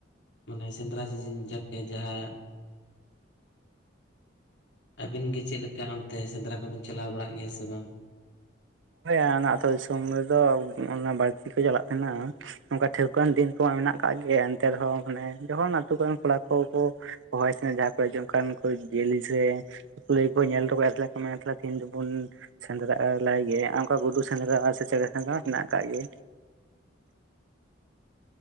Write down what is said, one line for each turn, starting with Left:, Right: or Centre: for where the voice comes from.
Left: ᱢᱟᱱᱮ ᱥᱮᱸᱫᱽᱨᱟ ᱥᱤᱡᱤᱱ ᱡᱟᱠᱮ ᱡᱟᱦᱟᱸᱼᱼ ᱟᱹᱵᱤᱱ ᱜᱮ ᱪᱮᱜ ᱞᱮᱠᱟ ᱚᱱᱛᱮ ᱥᱮᱸᱫᱽᱨᱟ ᱠᱚᱵᱤᱱ ᱪᱟᱞᱟᱣ ᱵᱟᱲᱟᱜ ᱜᱮᱭᱟ ᱥᱮ ᱵᱟᱝ?
Right: ᱦᱮᱭ ᱟᱱᱟ ᱟᱛᱩ ᱫᱤᱥᱚᱢ ᱨᱮᱫᱚ ᱚᱸᱜ-ᱚᱱᱟ ᱵᱟᱲᱛᱤ ᱠᱚ ᱪᱟᱞᱟᱜ ᱛᱮᱦᱮᱱᱟᱼᱼ ᱚᱱᱠᱟ ᱴᱷᱟᱹᱣᱠᱟᱹ ᱣᱟᱱ ᱫᱤᱱ ᱠᱚᱢᱟ ᱢᱮᱱᱟᱜ ᱠᱟᱜ ᱜᱮ ᱮᱱᱛᱮ ᱨᱮᱦᱚᱸ ᱢᱟᱱᱮ ᱡᱚᱠᱷᱚᱱ ᱟᱛᱩ ᱠᱚᱨᱮᱱ ᱠᱚᱲᱟ ᱠᱚ ᱠᱚᱼᱼ ᱦᱚᱭ ᱛᱮᱱ ᱡᱟᱦᱟᱸ ᱠᱚᱨᱮ ᱡᱮ ᱚᱱᱠᱟᱱ ᱠᱩ ᱡᱮᱞᱤ ᱥᱮᱼᱼ ᱠᱩᱞᱟᱹᱭ ᱠᱚ ᱧᱮᱞ ᱫᱚ ᱠᱟᱭᱟ ᱛᱟᱦᱮᱞᱮ ᱠᱚ ᱢᱮᱱᱟ ᱛᱷᱟᱞᱮ ᱛᱮᱦᱮᱧ ᱫᱚᱵᱚᱱ ᱥᱮᱸᱫᱽᱨᱟᱜ ᱞᱟᱭ ᱜᱮ᱾ ᱟᱨ ᱚᱱᱠᱟ ᱜᱩᱰᱩ ᱥᱮᱸᱫᱽᱨᱟ ᱥᱮ ᱪᱮᱬᱮ ᱥᱮᱸᱫᱽᱨᱟ ᱦᱮᱱᱟᱜ ᱟᱠᱟᱜ ᱜᱮ᱾